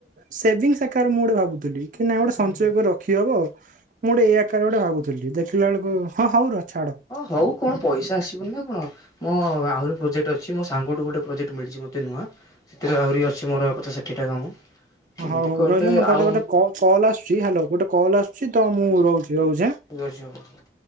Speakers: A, on the right; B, on the left.
A: ସେଭିଙ୍ଗସ୍ ଆକାର ମୁଁ ଗୋଟେ ଭାବୁଥିଲି। କି ନାଁ ଗୋଟେ
B: ହୁଁ
A: ସଞ୍ଚୟ
B: ହୁଁ
A: କରି ରଖି ହବ। ମୁଁ ଗୋଟେ ଏ ଆକାରର ଗୋଟେ ଭାବୁଥିଲି ଦେଖିଲାବେଳୁକୁ ହଁ ହଉ ରୁଅ ଛାଡ।
B: ଅ ହଉ କଣ ପଇସା ଆସିବନି ନା କଣ। ମୋ ଆହୁରି ପ୍ରୋଜେକ୍ଟ ଅଛି ମୋ ସାଙ୍ଗଠୁ ଗୋଟେ ପ୍ରୋଜେକ୍ଟ ମିଳିଛି ମତେ ନୂଆ ସେଥେରେ ଆହୁରି ଅ ଅଛି ମୋର ପଚାଶ ଷାଠିଏଟା କାମ। ଏମିତି
A: ହଁ ହଉ ହଉ
B: କଲେ
A: ରହିଲୁ ମତେ
B: ଆଉ
A: ଗୋଟେ ଗୋଟେ କଲ୍ କଲ୍ ଆସୁଚି ହାଲୋ ଗୋଟେ କଲ୍ ଆସୁଚି ତ ମୁଁ ରହୁଚି ରହୁଚି ହାଁ।
B: ଠିକ୍ ଅଛି ହଉ।